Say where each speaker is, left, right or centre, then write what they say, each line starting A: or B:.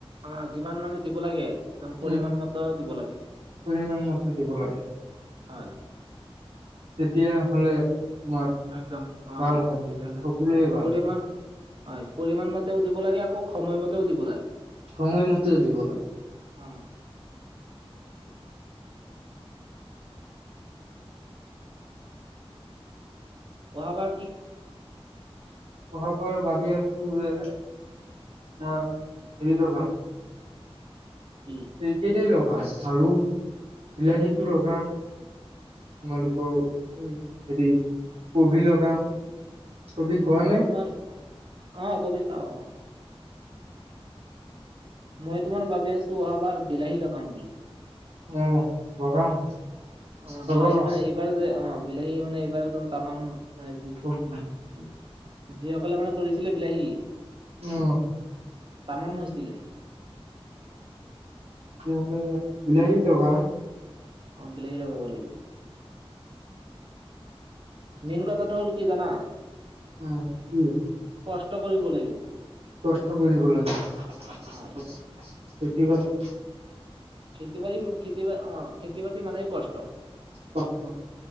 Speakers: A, on the right; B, on the right.
A: অ' যিমান মানে দিব লাগে একদম
B: উম।
A: পৰিমান মত দিব লাগে।
B: পৰিমাণ মতে দিব লাগে
A: হয়
B: তেতিয়া হলে, তোমাৰ
A: একদম অ
B: ভাল হয়।
A: তেতিয়া হ'লে
B: সকলোৱে
A: অ
B: ভাল
A: পৰিমান
B: হয়।
A: হয়, পৰিমাণ মতেও দিব লাগে আকৌ সময়মতেও দিব লাগ-
B: সময় মতে দিব লাগে।
A: অহ। অহা বাৰ-
B: অহাবাৰ ৱান- <unintelligible> যে অহ হৰি লগাম-
A: কি
B: এই <unintelligible> বা আৰু- বিলাহীতো
A: অ
B: লোগাম। তোমালোকৰ, উম, হেৰি, কবি লগাম। কবি খোৱা
A: মই
B: নে
A: তোমাৰ- অহ, কবি খাওঁ, অহ। মই তোমাৰ ভাবি আছোঁ অহাবাৰ বিলাহী লগাম বুলি।
B: অহ, লগাম।
A: অহ
B: লগাবা
A: বিলাহীত মানে এইবাৰ যে, অহ, বিলাহী মানে এইবাৰ একদম তামাম, এ যি এ
B: কবি
A: যিসকলে মানে কৰিছিলে বিলাহী- হি
B: উম
A: তামাম হৈছিলে।
B: তেতিয়া হলে বিলাহী লগা।
A: অহ, বিলাহী লগাব লাগিব। মেইন কথাটো হ'ল কি জানা?
B: উম, কি?
A: কষ্ট কৰিব লাগিব।
B: কষ্ট কৰিব লাগে <unintelligible>
A: হয়
B: খেতি-বাতিত
A: খেতি-বাৰি ম খেতি অ, খেতি-বাতি মানেই কষ্ট।
B: কষ্ট